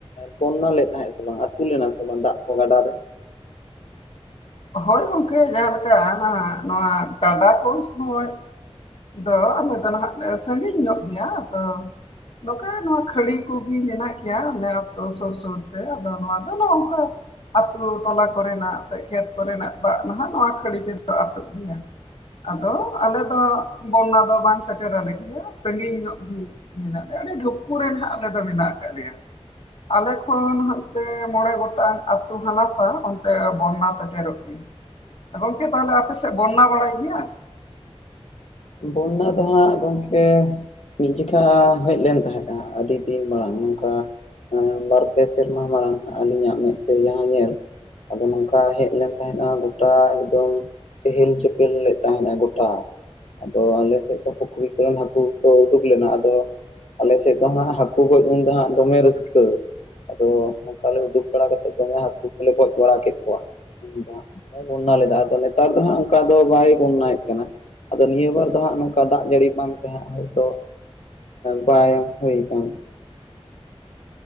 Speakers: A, on the left (about 85°); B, on the left (about 60°).
A: ᱵᱚᱱᱱᱟ ᱞᱮᱫ ᱛᱟᱦᱮᱸᱜ ᱥᱮ ᱵᱟᱝ ᱟᱹᱛᱩ ᱞᱮᱱᱟ ᱥᱮ ᱵᱟᱝ ᱫᱟᱜ ᱠᱚ ᱜᱟᱰᱟ ᱨᱮ
B: ᱦᱳᱭ ᱜᱚᱝᱠᱮ ᱡᱟᱦᱟᱸᱞᱮᱠᱟ ᱱᱟᱦᱟᱜ ᱱᱚᱣᱟ ᱜᱟᱰᱟ ᱠᱚ ᱦᱚᱸᱭ ᱫᱚ ᱟᱞᱮ ᱫᱚ ᱱᱟᱦᱟᱜ ᱞᱮ ᱥᱟᱸᱜᱤᱧ ᱧᱚᱜ ᱜᱮᱭᱟ ᱟᱫᱚ ᱱᱚᱠᱟ ᱱᱚᱣᱟ ᱠᱷᱟᱹᱲᱤ ᱠᱚᱜᱮ ᱢᱮᱱᱟᱜ ᱜᱮᱭᱟ ᱟᱞᱮ ᱟᱛᱳ ᱥᱩᱨ ᱥᱩᱨᱛᱮ ᱟᱫᱚ ᱱᱚᱣᱟ ᱫᱚ ᱱᱚᱝᱠᱟ ᱟᱛᱩ ᱴᱚᱞᱟ ᱠᱚᱨᱮᱱᱟᱜ ᱥᱮ ᱠᱷᱮᱛ ᱠᱚᱨᱮᱱᱟᱜ ᱫᱟᱜ ᱱᱟᱦᱟᱜ ᱱᱚᱣᱟ ᱠᱷᱟᱹᱲᱤ ᱛᱮᱫᱚ ᱟᱹᱛᱩᱜ ᱜᱮᱭᱟ ᱟᱫᱚ ᱟᱞᱮᱫᱚ ᱵᱚᱱᱱᱟ ᱫᱚ ᱵᱟᱝ ᱥᱮᱴᱮᱨᱟᱞᱮ ᱜᱮᱭᱟ ᱥᱟᱺᱜᱤᱧ ᱧᱚᱜ ᱜᱤ ᱢᱮᱱᱟᱜ ᱞᱮᱭᱟ ᱟᱰᱤ ᱰᱷᱚᱠᱠᱩ ᱨᱮ ᱦᱟᱸᱜ ᱟᱞᱮ ᱫᱚ ᱢᱮᱱᱟᱜ ᱟᱠᱟᱫ ᱞᱮᱭᱟ ᱟᱞᱮ ᱠᱷᱚᱱ ᱦᱟᱱᱛᱮ ᱢᱚᱬᱮ ᱜᱚᱴᱟᱝ ᱟᱛᱩ ᱦᱟᱱᱟᱥᱟ ᱚᱱᱛᱮ ᱵᱚᱱᱱᱟᱥ ᱥᱮᱴᱮᱨᱚᱜ ᱜᱮᱭᱟ ᱜᱚᱝᱠᱮ ᱛᱟᱦᱚᱞᱮ ᱟᱯᱮᱥᱮᱫ ᱵᱚᱨᱱᱱᱟ ᱵᱟᱲᱟᱭ ᱜᱮᱭᱟᱭ
A: ᱵᱚᱱᱱᱟ ᱫᱚ ᱦᱟᱸᱜ ᱜᱚᱝᱠᱮ ᱢᱤᱫ ᱡᱮᱠᱷᱟ ᱦᱮᱡ ᱞᱮᱱ ᱛᱟᱦᱮᱸᱫᱼᱟ ᱟᱰᱤ ᱫᱤᱱ ᱢᱟᱲᱟᱝ ᱱᱚᱝᱠᱟ ᱵᱟᱨ ᱯᱮ ᱥᱮᱨᱢᱟ ᱢᱟᱲᱟᱝ ᱟᱞᱤᱧᱟᱜ ᱢᱮᱫᱛᱮ ᱡᱟᱦᱟᱸ ᱧᱮᱞ ᱟᱫᱚ ᱱᱚᱝᱠᱟ ᱦᱮᱡ ᱞᱮᱱ ᱛᱟᱦᱮᱸᱫ-ᱟ ᱜᱚᱴᱟ ᱮᱠᱫᱚᱢ ᱪᱮᱦᱮᱞ ᱪᱮᱯᱮᱞ ᱞᱮ ᱛᱟᱦᱮᱱᱟ ᱜᱚᱴᱟ ᱟᱫᱚ ᱟᱞᱮ ᱥᱮᱫ ᱫᱚ ᱯᱩᱠᱷᱨᱤ ᱠᱚᱨᱮᱱ ᱦᱟᱠᱩ ᱠᱚ ᱩᱰᱩᱠ ᱞᱮᱱᱟ ᱟᱫᱚ ᱟᱞᱮᱥᱮᱫ ᱫᱚ ᱦᱟᱸᱜ ᱦᱟᱹᱠᱩ ᱜᱚᱡ ᱩᱱᱫᱚ ᱦᱟᱸᱜ ᱫᱚᱢᱮ ᱨᱟᱹᱥᱠᱟᱹ ᱟᱫᱚ ᱱᱚᱝᱠᱟ ᱞᱮ ᱩᱰᱩᱠ ᱵᱟᱲᱟ ᱠᱟᱛᱮᱫ ᱫᱚᱢᱮ ᱦᱟᱠᱩ ᱠᱚᱞᱮ ᱜᱚᱡ ᱵᱟᱲᱟ ᱠᱮᱫ ᱠᱚᱣᱟ ᱩᱱ ᱫᱚ ᱦᱟᱸᱜ ᱵᱚᱱᱱᱟ ᱞᱮᱫᱟ ᱟᱫᱚ ᱱᱮᱛᱟᱨ ᱫᱚ ᱦᱟᱸᱜ ᱚᱱᱠᱟ ᱫᱚ ᱵᱟᱭ ᱵᱚᱱᱱᱟᱭᱮᱫ ᱠᱟᱱᱟ ᱱᱤᱭᱟᱹ ᱵᱟᱨ ᱫᱚ ᱦᱟᱸᱜ ᱱᱚᱝᱠᱟ ᱫᱟᱜ ᱡᱟᱲᱤ ᱵᱟᱝ ᱛᱟᱦᱮᱸᱜ ᱦᱳᱭᱛᱳ ᱵᱟᱭ ᱦᱩᱭ ᱠᱟᱱ